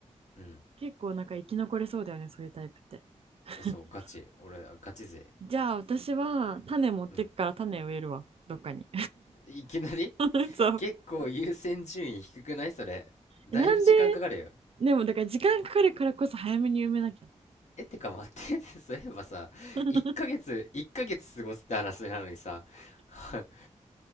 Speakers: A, on the left; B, on the right.
A: うん
B: 結構なんか生き残れそうだよね、そういうタイプって。<laughs>
A: そうガチ俺ガチ勢
B: じゃあ私は種持ってくから種植えるわ、
A: うん
B: どっかに。
A: いきなり
B: <laughs> そう。
A: 結構優先順位低くないそれだいぶ時間かかるよ
B: えなんで、でもだから時間かかるからこそ早めに埋めなきゃ。
A: えってか待って <laughs> そういえばさ1ヶ月1ヶ月過ごすって話なのにさ
B: <laughs>
A: <laughs>